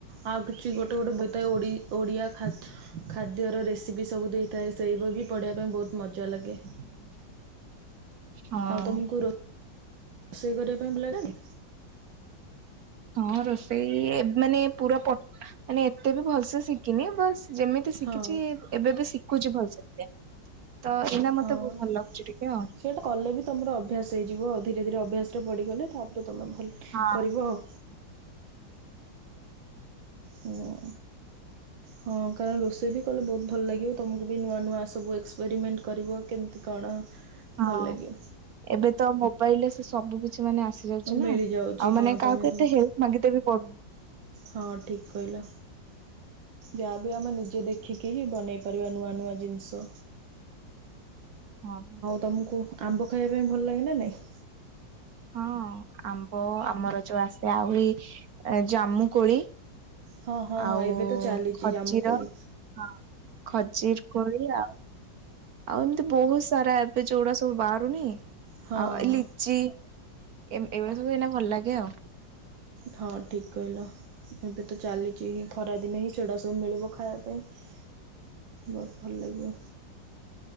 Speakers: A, on the right; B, on the right.
A: ଆଉ କିଛି ଗୋଟେ ଗୋଟେ ବଥାଏ ଓଡ଼ି ଓଡ଼ିଆ ଖା ଖାଦ୍ୟର ରେସିପି ସବୁ ଦେଇଥାଏ। ସେଇ ବହି ବି ପଢ଼ିବା ପାଇଁ ବୋହୁତ ମଜା ଲାଗେ।
B: ହଁ।
A: ଆଉ ତମକୁ ରୋଷେଇ କରିବା ପାଇଁ ଭଲ ଲାଗେନି?
B: ହଁ ରୋଷେଇ ମାନେ ପୁରା ମାନେ ଏତେ ବି ଭଲସେ ଶିଖିନି। ବସ୍ ଯେମିତି ଶିଖିଛି
A: ହଁ
B: ଏବେ ବି ଶିଖୁଛି ଭଲସରେ। ତ ଏଇନା ମତେ
A: ହଁ
B: ବୋହୁତ ଭଲ ଲାଗୁଛି ଟିକେ ଆଉ।
A: ସେଇଟା କଲେ ବି ତୁମର ଅଭ୍ୟାସ ହେଇଯିବ ଆଉ ଧୀରେ ଧୀରେ ଅଭ୍ୟାସରେ ପଡ଼ିଗଲେ ତାପରେ ତୁମେ ଭଲ
B: ହଁ
A: କରିବ ଆଉ। ହୁଁ।
B: <inaudible>
A: ହଁ କାରଣ ରୋଷେଇ ବି କଲେ ବୋହୁତ ଭଲ ଲାଗିବ। ତୁମକୁ ବି ନୂଆ ନୂଆ ସବୁ ଏକ୍ସପେରିମେଣ୍ଟ କରିବ କେମିତି କଣ?
B: ହଁ
A: ଭଲ ଲାଗିବ
B: ଏବେ ତ ମୋବାଇଲରେ ସେ ସବୁ କିଛି କିଛି ମାନେ ଆସିଯାଉଛି ନା
A: ମିଳିଯାଉଛି
B: ଆଉ ମାନେ
A: ହଁ ତମେ
B: କାହାକୁ ଏତେ
A: ତମ
B: ହେଲ୍ପ ମାଗିଦେ ବି ପଡୁନି।
A: ହଁ ଠିକ କହିଲ। ଯାହାବି ଆମେ ନିଜେ ଦେଖିକି ହିଁ ବନେଇ ପାରିବା ନୂଆ ନୂଆ ଜିନଷ।
B: ହଁ ପା।
A: ତମକୁ ଆମ୍ବ ଖାଇବା ପାଇଁ ଭଲ ଲାଗେ ନା ନାଇଁ?
B: ହଁ ଆମ୍ବ ଆମର ଯୋଉ ଆସେ ଆହୁରି ଜାମୁକୋଳି
A: ହଁ ହଁ
B: ଆଉ
A: ହଁ ଏବେ ତ ଚାଲିଛି
B: ଖଜିର
A: ଜାମୁକୋଳି
B: ହଁ ଖଜିର୍ କୋଳି ଆଉ ଆଉ ଏମିତି ବହୁତ ସାରା ଏବେ ଯୋଉଗୁଡା ସବୁ ବାହାରୁନି
A: ହଁ।
B: ଆଉ ଏ ଲିଚି ଏମ୍ ଏଇଭଳିଆ ସବୁ ଏଇନା ଭଲ ଲାଗେ ଆଉ।
A: ହଁ ଠିକ୍ କହିଲ। ଏବେ ତ ଚାଲିଚି ହିଁ ଖରାଦିନେ ହିଁ ସେଗୁଡ଼ା ସବୁ ମିଳିବ ଖାଇବା ପାଇଁ। ବହୁତ ଭଲ ଲାଗିବ।